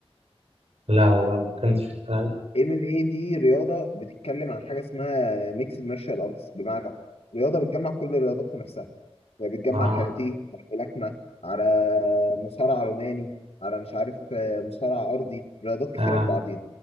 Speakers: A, on the right; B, on the left.
A: لا والله ما كنت شغال
B: ام ام اي دي رياضه بتتكلم عن حاجه اسمها ميكسد مارشال ارتس بمعنى رياضه بتجمع كل الرياضات في نفسها يعني بتجمع
A: اها
B: كاراتيه على ملاكمه على مصارع روماني على مش عارف آه، مصارع ارضي رياضات كتيره
A: اه
B: في بعضيها